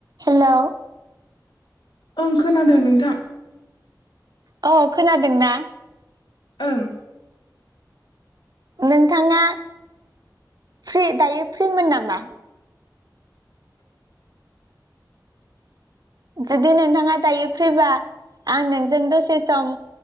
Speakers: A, on the right; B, on the left.
A: Hello.
B: ओं खोनादों नोंथां।
A: अ खोनादोंना?
B: ओं।
A: नोंथाङा फ्रि दायो फ्रिमोन नामा? जुदि नोंथाङा दायो फ्रिबा आं नोंजों दसे सम